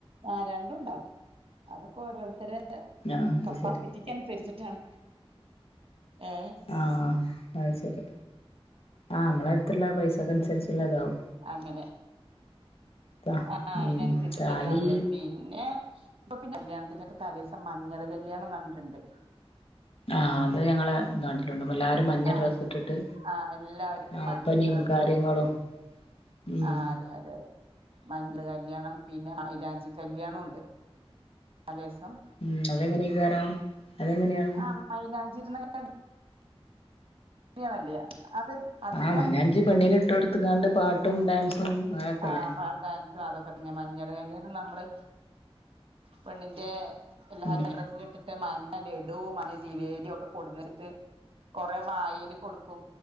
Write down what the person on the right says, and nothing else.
ആഹ് രണ്ടും ഉണ്ടാക്കും അതൊക്കെ ഓരോരുത്തരെ
കപ്പാസിറ്റി
ക്കനുസരിച്ചിട്ടാണ് ഏഹ്
അങ്ങനെ
ആ
അതിനനുസരിച്ചിട്ടല്ലേ
നമ്മള് പിന്നെ ഇപ്പൊ പിന്നെ കല്യാണത്തിന്റെയൊക്കെ തലേദിവസം മഞ്ഞള് കല്യാണം ന്നിട്ടുണ്ട്
ആ
ആഹ് എല്ലാവരും
മഞ്ഞ
ഡ്രസ്സ്
ഇട്ടിട്ട്
ആഹ് അതെ അതെ അതെ മഞ്ഞള് കല്യാണം പിന്നെ മൈലാഞ്ചി കല്യാണുണ്ട് തലേസം
ആഹ് മൈലാഞ്ചി ഇടുന്നെ ക ഇങ്ങനെ അല്ലിയ അത് അധികം
ആഹ് പാട്ട് ഡാൻസും അതൊക്കെ തന്നെ മഞ്ഞള് കലിയാണം നമ്മള് പെണ്ണിന്റെ എല്ലാരും
<unintelligible> ഇട്ടിട്ട് മഞ്ഞ ലഡു മഞ്ഞ ജിലേബി ഒക്കെ കൊടുന്ന്ട്ട് കൊറെ വായേല് കൊടുക്കും